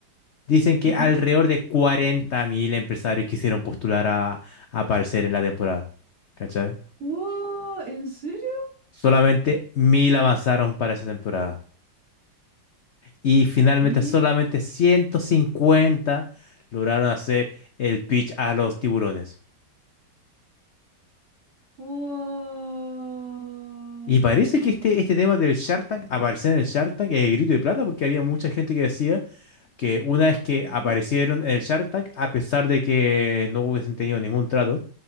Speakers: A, on the left; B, on the right.
A: dicen que
B: ujú.
A: alrededor de 40.000 empresarios quisieron postular a, a aparecer en la temporada. ¿Cachai?
B: ¡Wow! ¿En serio?
A: Solamente mil avanzaron para esa temporada. y finalmente
B: ¿Qué?
A: solamente 150 lograron hacer el pitch a los tiburones.
B: ¡Wow!
A: Y parece que este, este tema del Shark Tank, aparecer en el Shark Tank, es el grito de plata, porque había mucha gente que decía que una vez que
B: Ya.
A: aparecieron en el Shark Tank, a pesar de que no hubiesen tenido ningún trato,